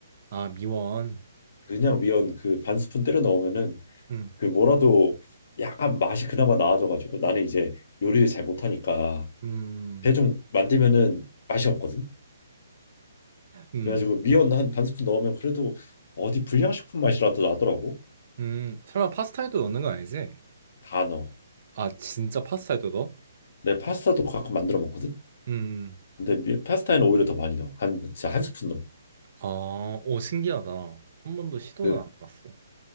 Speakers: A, on the right; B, on the left.
A: 아, 미원.
B: 그냥 미원 그 반 스푼 때려 넣으면은
A: 음.
B: 그 뭐라도 약간 맛이 그나마 나아져가지고 나는 이제 요리를 잘 못하니까
A: 음.
B: 대충 만들면은 맛이 없거든.
A: 음.
B: 그래가지고 미원 한 반 스푼 넣으면 그래도 어디 불량식품 맛이라도 나더라고.
A: 음. 설마 파스타에도 넣는 건 아니지?
B: 다 넣어.
A: 아, 진짜 파스타에도 넣어?
B: 내 파스타도 가끔 만들어 먹거든.
A: 음.
B: 근데 미- 파스타에는 오히려 더 많이 넣어. 한 진짜 한 스푼 넣어.
A: 아, 오, 신기하다. 한 번도 시도는
B: 그
A: 안 해봤어.